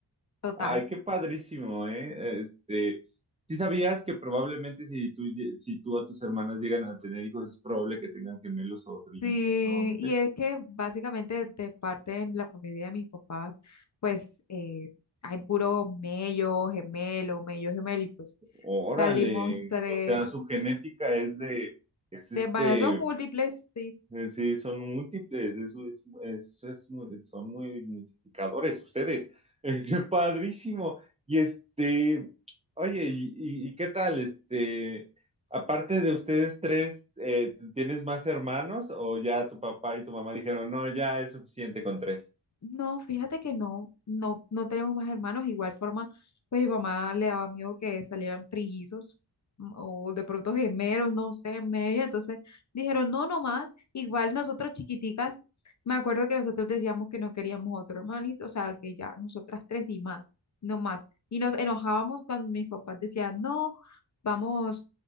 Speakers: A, on the left (about 40°); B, on the right (about 15°).
A: total.
B: Ay, qué padrísimo, ¿eh? Este, ¿sí sabías que probablemente si tú, lle- si tú a tus hermanas llegan a tener hijos, es probable que tengan gemelos o trillizos
A: Sí,
B: nuevamente?
A: y es que básicamente de parte de la familia de mis papás, pues eh, hay puro mello, gemelo, mello, gemelo, y pues
B: Órale,
A: salimos tres
B: o sea, su genética es de, es este,
A: de embarazos múltiples, sí,
B: eh, sí, son múltiples, eso es, eso es mu- son muy multiplicadores ustedes. <laughs> Eh, qué padrísimo. Y este, oye, ¿y, y- y qué tal? Este, aparte de ustedes tres, eh, ¿tienes más hermanos o ya tu papá y tu mamá dijeron, no, ya es suficiente con tres?
A: No, fíjate que no, no, no tenemos más hermanos. Igual forma, pues mi mamá le daba miedo que salieran trillizos mm, o de pronto gemelos, no sé, en medio. Entonces dijeron, no, no más. Igual nosotros chiquiticas, me acuerdo que nosotros decíamos que no queríamos otro hermanito, o sea, que ya nosotras tres y más, no más. Y nos enojábamos cuando mis papás decían, no, vamos,